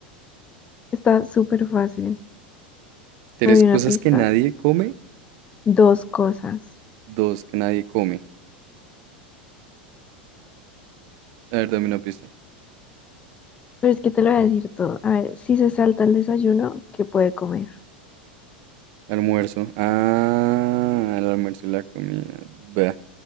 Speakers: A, on the left; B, on the right.
A: Está súper fácil.
B: Tres
A: Te doy
B: cosas
A: una pista.
B: que nadie come.
A: Dos cosas.
B: Dos que nadie come. A ver, dame una pista.
A: Pero es que te lo voy a decir todo. A ver, si se salta el desayuno, ¿qué puede comer?
B: Almuerzo. Ah, el almuerzo y la comida. Bah.